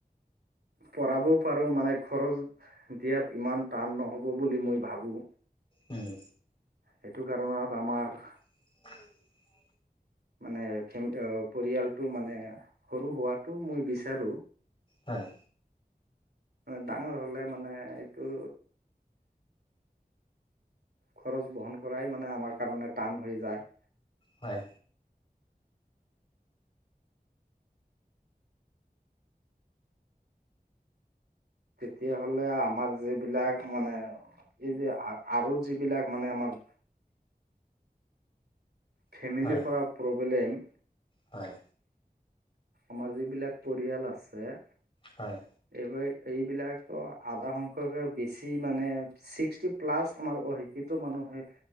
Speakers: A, on the right; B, on the left.
A: পঢ়াবও পাৰো মানে খৰচ, দিয়াত ইমান টান নহ'ব বুলি মই ভাবোঁ।
B: উম।
A: সেইটো কাৰণত আমাৰ,
B: <unintelligible>
A: মানে ফেম পৰিয়ালটো মানে সৰু হোৱটো মই বিচাৰো।
B: হয়।
A: হয় ডাঙৰ হলে মানে এইটো। খৰচ বহন কৰাই মানে আমাৰ কাৰণে টান হৈ যায়।
B: হয়।
A: তেতিয়াাহ'লে আমাৰ যিবিলাক মানে এই যে আ‌ আৰু যিবিলাক মানে আমাৰ, ফেমিলিৰ
B: হয়
A: পৰা প্ৰব্লেম,
B: হয়।
A: আমাৰ যিবিলাক পৰিয়াল আছে,
B: হয়।
A: এইবা এইবিলাক অ আধা সংখ্যয়কে বেছি মানে, ছিক্সটি প্লাছ আমাৰ অশিক্ষিত মানুহে